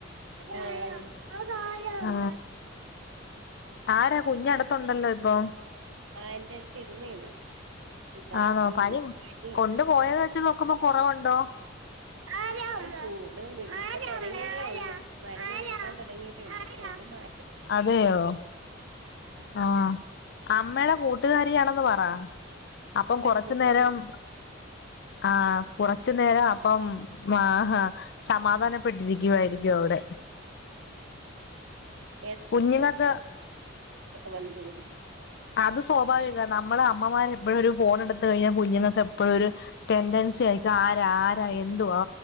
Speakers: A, on the right; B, on the left.
A: അ അതാരാ അതാരാമേ
B: ആ ആരാ കുഞ്ഞടത്തുണ്ടല്ലോ ഇപ്പൊ
A: ആഹ് എന്റെ അടുത്ത് ഇരുന്നീ ഇത് ഇപ്പൊ
B: ആ നോ
A: ഉം
B: പനി
A: ചൂട്
B: കൊണ്ട് പോയത് വെച്ച് നോക്കുമ്പോ കുറവുണ്ടോ
A: ആ ചൂട് വിട്ട് തുടങ്ങിയല്ലേ ഉള്ളു മരുന്ന് കൊടുക്കാൻ തുടങ്ങിയിട്ടേ ഉള്ളു പനി മാ
B: അതെയോ ആ അമ്മേടെ കൂട്ടുകാരിയാണെന്ന് പറ അപ്പം
A: അമ്മയുടെ
B: കൊറച്ചുനരം
A: കൂട്ടുകാരി
B: ആ കുറച്ചു നേരം അപ്പം ആ സമാധാനപ്പെട്ടിരിക്കുവായിരിക്കും അവിടെ
A: ആ
B: കുഞ്ഞിങ്ങക്ക്
A: വന്ന് ചോദിക്കും
B: അത് സ്വാഭാവിക നമ്മള് അമ്മമാര്‌ എപ്പോഴോരു ഫോൺ എടുത്ത് കഴിഞ്ഞ കുഞ്ഞുങ്ങക്ക് എപ്പോഴോരു ടെൻഡൻസി ആയിരിക്കു അ ആരാ എന്തുവാ